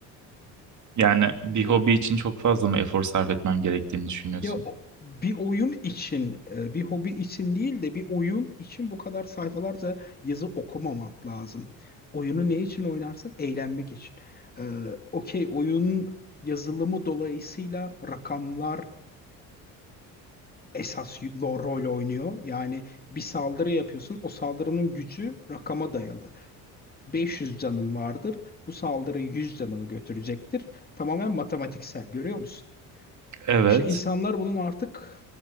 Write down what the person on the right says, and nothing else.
Yani bir hobi için çok fazla mı efor sarf etmen gerektiğini düşünüyorsun?
Evet.